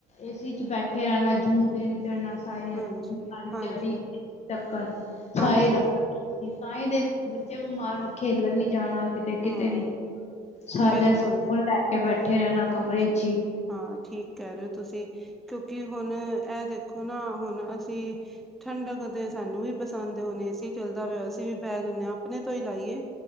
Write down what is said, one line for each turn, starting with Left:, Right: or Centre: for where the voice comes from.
Left: ਏਸੀ ਚ ਬੈਠੇ ਰਹਿਣਾ ਜੂਨ <unintelligible> <unintelligible> ਸਾਰੀ ਦਿਹਾੜੀ
Centre: ਹਾਂਜੀ ਹਾਂਜੀ
Left: <unintelligible>
Centre: ਹਾਂਜੀ
Left: ਸਾਰੀ ਰਾਤ ਤਾਂਹੀ ਦੇ ਬੱਚੇ ਬਿਮਾਰ ਖੇਲਣ ਨੀ ਜਾਣਾ। ਕਿਤੇ ਕਿਤੇ
Centre: ਹਾਂ
Left: ਨੀ ਸਾਰਾ
Centre: ਬਿਲਕੁਲ
Left: ਦਿਨ ਫ਼ੋਨ ਲੈ ਕੇ ਬੈਠੇ ਰਹਿਣਾ। ਕਮਰੇ
Centre: ਠੀਕ
Left: ਚ ਹੀ
Centre: ਹਾਂ, ਠੀਕ ਕਹਿ ਰਹੇ ਹੋ ਤੁਸੀਂ ਕਿਉਂਕਿ ਹੁਣ ਇਹ ਦੇਖੋ ਨਾ ਹੁਣ ਅਸੀਂ ਠੰਡਕ ਦੇ ਸਾਨੂੰ ਵੀ ਪਸੰਦ ਹੁਣ ਏਸੀ ਚੱਲ <unintelligible> ਅਸੀਂ ਵੀ ਬਹਿ ਜਾਣੇ ਆ ਆਪਣੇ ਤੋਂ ਹੀ ਲਾਈਏ